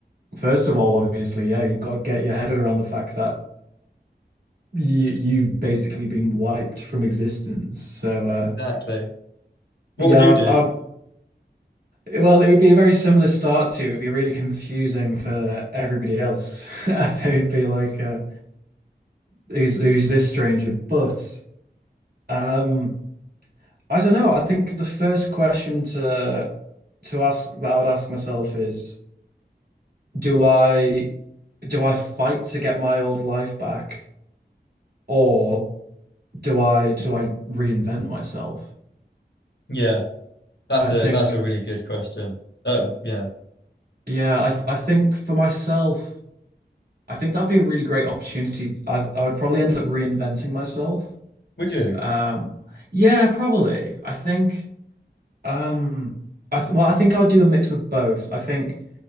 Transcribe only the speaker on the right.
first of all, obviously, yeah, you've got to get your head around the fact that you you've basically been wiped from existence. So uh,
yeah,
I, I, well, it would be a very similar start to you. It'd be really confusing for everybody else. <laughs> They'd be like, uh, "Who's who's this stranger?" But um, I don't know. I think the first question to to ask that I would ask myself is. do I do I fight to get my old life back or do I do I reinvent myself?
I think
yeah, I th- I think for myself, I think that'd be a really great opportunity. I I would probably end up reinventing myself.
Um yeah, probably. I think um I th well, I think I would do a mix of both. I think